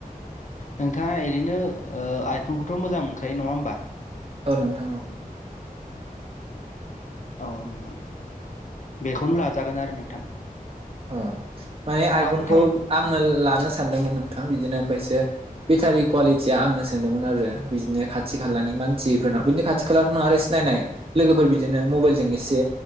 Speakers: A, on the left; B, on the right.
A: नोंथाङा ओरैनो ओ आइफनखौथ' मोजां मोनखायो नङा होमबा?
B: औ नोंथां औ
A: औ नोंथां बेखौनो लाजागोन आरो नोंथां
B: अ माने आइफनखौ
A: माजों थांनो
B: आङो लानो सानदोंमोन नोंथां बिदिनो ओमफ्राय सो बेटारि कवालि आं सोंदोंमोन आरो बिनो खाथि खालानि मानसिफोरनाव बिदि खाथि खाला नङा सिनायनाय लोगोफोर बिदिनो मबेल जों एसे